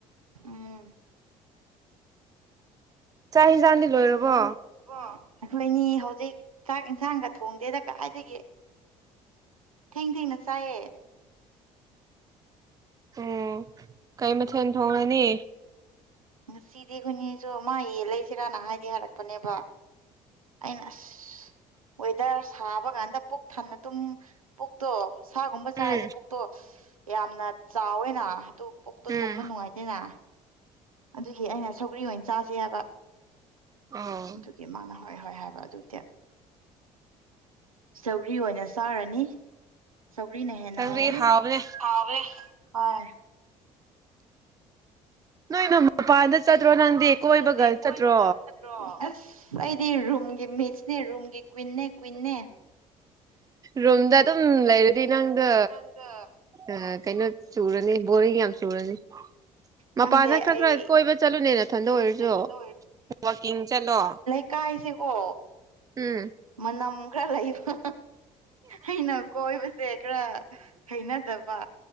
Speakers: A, on the right; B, on the right.
A: ꯎꯝ
B: ꯆꯥꯛ ꯍꯟꯖꯥꯡꯗꯤ ꯂꯣꯏꯔꯕꯣ
A: ꯑꯩꯈꯣꯏꯅꯤ ꯍꯧꯖꯤꯛ ꯆꯥꯛ ꯌꯦꯟꯁꯥꯡꯒ ꯊꯣꯡꯗꯦꯗ ꯀꯗꯥꯥꯏꯗꯒꯤ ꯊꯦꯡ ꯊꯦꯡꯅ ꯆꯥꯏꯌꯦ
B: ꯑꯣ ꯀꯩ ꯃꯊꯦꯜ ꯊꯣꯡꯉꯅꯤ
A: ꯉꯁꯤꯗꯤ ꯑꯩꯈꯣꯏꯅꯤꯁꯨ ꯃꯥ ꯌꯦꯟ ꯂꯩꯁꯤꯔꯥꯅ ꯍꯥꯏꯗꯤ ꯍꯥꯏꯔꯛꯄꯅꯦꯕ ꯑꯩꯅ ꯑꯁ ꯋꯦꯗꯔ ꯁꯥꯕ ꯀꯥꯟꯗ ꯄꯨꯛ ꯊꯟꯅ ꯑꯗꯨꯝ ꯄꯨꯛꯇꯣ ꯁꯥꯒꯨꯝꯕ ꯆꯥꯔꯗꯤ
B: ꯎꯝ
A: ꯄꯨꯛꯇꯣ ꯌꯥꯝꯅ ꯆꯥꯎꯋꯦꯅ ꯑꯗꯨ ꯄꯣꯛꯇꯣ
B: ꯎꯝ
A: ꯇꯨꯝꯕ ꯅꯨꯡꯉꯥꯏꯇꯦꯅ ꯑꯗꯨꯒꯤ ꯑꯩꯅ ꯁꯧꯒ꯭ꯔꯤ ꯑꯣꯏꯅ ꯆꯥꯁꯦ ꯍꯥꯏꯕ
B: ꯑꯣ
A: ꯑꯗꯨꯒꯤ ꯃꯥꯅ ꯍꯣꯏ ꯍꯣꯏ ꯍꯥꯏꯕ ꯑꯗꯨꯏꯗꯤ ꯁꯧꯒ꯭ꯔꯤ ꯑꯣꯏꯅ ꯆꯥꯔꯅꯤ ꯁꯧꯒꯔꯤꯅ ꯍꯦꯟꯅ
B: ꯆꯪꯔꯤ
A: ꯍꯧꯋꯦ
B: ꯍꯥꯎꯕꯅꯦ
A: ꯍꯧꯋꯦ ꯍꯣꯢ
B: ꯅꯣꯏꯗꯣ ꯃꯄꯥꯟꯗ ꯆꯠꯇ꯭ꯔꯣ ꯅꯪꯗꯤ
A: ꯑꯗꯣ
B: ꯀꯣꯏꯕꯒ
A: ꯅꯪꯗꯤ ꯀꯣꯏꯕꯒ
B: ꯆꯠꯇ꯭ꯔꯣ
A: ꯑꯁ ꯑꯩꯗꯤ ꯔꯨꯝꯒꯤ ꯃꯤꯠꯁꯅꯦ ꯔꯨꯝꯒꯤ ꯀꯨꯋꯤꯟꯅꯦ ꯀꯨꯋꯏꯟꯅꯦ
B: ꯔꯨꯝꯗ ꯑꯗꯨꯝ ꯂꯩꯔꯗꯤ ꯅꯪꯗꯣ
A: ꯅꯪꯗꯣ
B: ꯑ ꯀꯩꯅꯣ ꯆꯨꯔꯅꯤ ꯕꯣꯔꯤꯡ ꯌꯥꯝ ꯆꯨꯔꯅꯤ ꯃꯄꯥꯟꯗ
A: ꯈꯪꯗꯦ
B: ꯈꯔ
A: ꯑꯩ
B: ꯈꯔ ꯀꯣꯏꯕ ꯆꯠꯂꯨꯅꯦ ꯅꯊꯥꯟꯇ ꯑꯣꯏꯔꯁꯨ
A: ꯅꯊꯟꯗ
B: ꯋꯥꯋꯀꯤꯡ ꯆꯠꯂꯣ
A: ꯀꯥꯏꯁꯦ ꯀꯣ
B: ꯎꯝ
A: ꯃꯅꯝ ꯈꯔ ꯂꯩꯕ ꯑꯩꯅ ꯀꯣꯏꯕꯁꯦ ꯈꯔ ꯍꯩꯅꯗꯕ